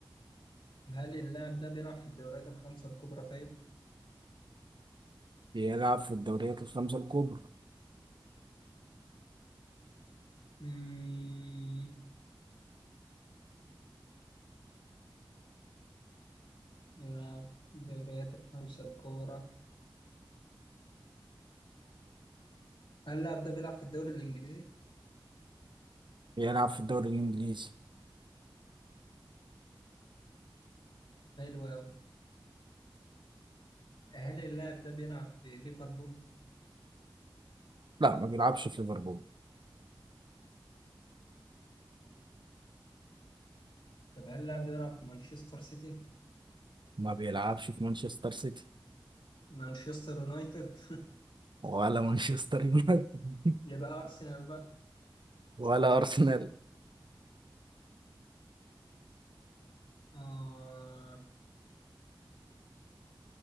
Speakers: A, on the left; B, on the right.
A: هل اللاعب ده بيلعب في الدوريات الخمسة الكبرى طيب؟
B: بيلعب في الدوريات الخمسة الكبرى
A: مم. بيلعب في الدوريات الخمسة الكبرى هل اللاعب ده بيلعب في الدوري الإنجليزي؟
B: بيلعب في الدوري الإنجليزي
A: حلو أوي هل اللاعب ده بيلعب في ليفربول؟
B: لا ما بيلعبش في ليفربول
A: طب هل اللاعب ده بيلعب في مانشستر سيتي؟
B: ما بيلعبش في مانشستر سيتي
A: مانشستر يونايتد
B: ولا مانشستر يونايتد <laughs>
A: يبقى أرسنال بقى
B: ولا أرسنال
A: آه